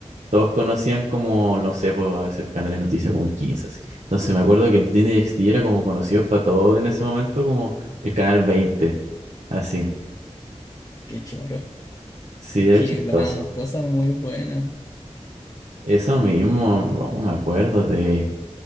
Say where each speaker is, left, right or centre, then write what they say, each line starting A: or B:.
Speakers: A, on the right; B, on the left.
A: todos conocían como, no sé, pues a veces canales de noticias como el 15, así. Entonces me acuerdo que el Disney XD era como conocido para todos en ese momento como el canal 20, así.
B: qué choro.
A: Sí,
B: Es
A: era
B: que
A: chistoso.
B: dan cosas muy buenas.
A: Eso mismo, oh, me acuerdo de...